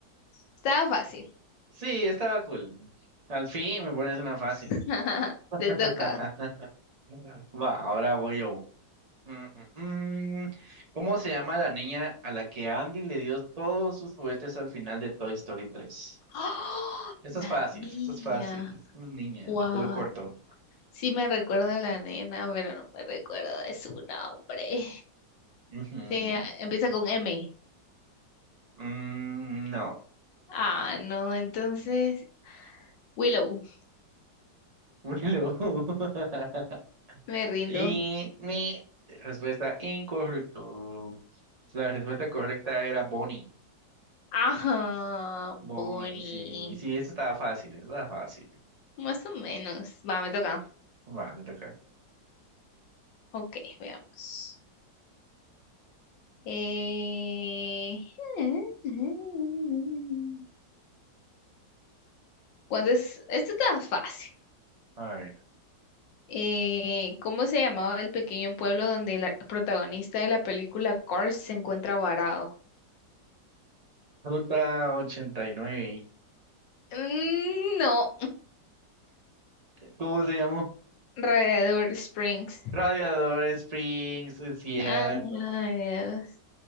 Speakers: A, on the left; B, on the right.
A: Estaba fácil.
B: Sí, estaba cool. Al fin me pones una fácil.
A: <laughs> Te
B: <laughs>
A: toca.
B: Va, ahora voy yo. Mm, mm, mm. ¿Cómo se llama la niña a la que Andy le dio todos sus juguetes al final de Toy Story tres?
A: ¡Ah!
B: Esto
A: La
B: es fácil,
A: niña.
B: esto es fácil. Es una niña
A: guau
B: de pelo corto.
A: Sí me recuerdo de la nena, pero no me recuerdo de su nombre.
B: Ujú.
A: Sí, ah, empieza con M.
B: Mm, no.
A: Ah, no, entonces Willow.
B: Willow. <laughs>
A: Me rindo.
B: Y mi respuesta incorrecto. La respuesta correcta era Bonnie.
A: Ajá, Bonnie.
B: Bonnie, sí, sí, esto estaba fácil, esto estaba fácil.
A: Más o menos. Va, me toca.
B: Va, te toca.
A: Ok, veamos. Eh... <laughs> ¿Cuántas? Esto está fácil.
B: A ver.
A: Eh, ¿cómo se llamaba el pequeño pueblo donde el protagonista de la película Cars se encuentra varado?
B: Ruta 89.
A: Mm, no,
B: ¿Cómo se llamó?
A: Radiador Springs.
B: Radiador Springs, es cierto.
A: Ah, ay, Dios.